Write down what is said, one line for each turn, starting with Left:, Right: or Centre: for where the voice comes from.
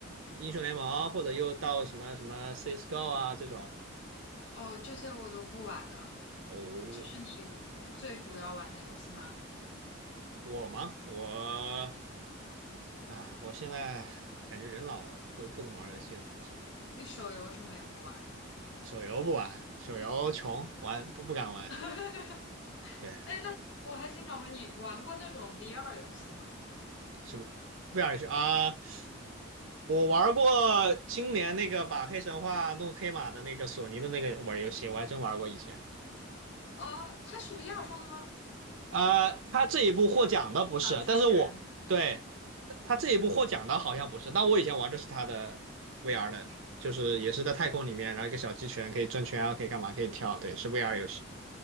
Right: 英雄联盟，或者又到什么什么 CS:GO 啊这种。
Left: 哦，这些我都不玩的，
Right: 哦，
Left: 就是你最主要玩的游戏吗？
Right: 我吗？我，哎，我现在感觉人老了，都不怎么玩游戏了。说实话，
Left: 那手游什么也不玩。
Right: 手游不玩，手游穷，玩不不敢玩。
Left: <laughs> 哎，
Right: 对，
Left: 那我还挺想问你，玩过那种 VR 游戏吗？
Right: 什么不想去啊？我玩过今年那个把黑神话弄黑马的那个索尼的那个玩游戏，我还真玩过以前。
Left: 哦，它是 VR 上的吗？
Right: 啊、他这一部获奖的不是，
Left: 是那个小机器人的
Right: 但是我对他这一部获奖的好像不是，但我以前玩的是他的 VR 的，就是也是在太空里面，然后一个小鸡人可以转圈啊，可以干嘛，可以跳，对，是 VR 游戏